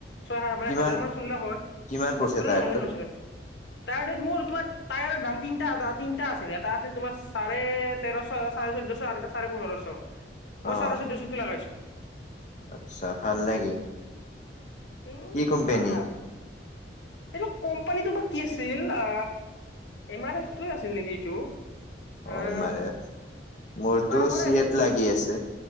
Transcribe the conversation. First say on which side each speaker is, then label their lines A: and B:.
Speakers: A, on the left; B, on the left.
A: ছয় হ মানে
B: কিমান
A: হাজাৰ মান চলিলা হয়
B: কিমান পৰিছে
A: কোনে
B: টায়াৰটোত
A: <unintelligible> টাৰটোত মোৰ তোমাৰ টায়াৰৰ দাম তিনি তিনিটা আছিল এটা আছিল তোমাৰ চাৰে তেৰশ চাৰে, চৈধ্যশ আৰু এটা চাৰে পোন্ধৰশ, মই
B: অ
A: চাৰে চৈধ্যশটো লগাইছোঁ।
B: আচ্ছা ভাল নেকি?
A: উম
B: কি কোম্পেনী
A: ভাল এইটো কোম্পানীটো বা কি আছিল আ এম আৰ এফটো আছিল নেকি এইটো? আহ
B: অ' এম আৰ এফ। মোৰতো
A: এম আৰ এফৰে
B: চি
A: আছিল।
B: এত লাগি আছে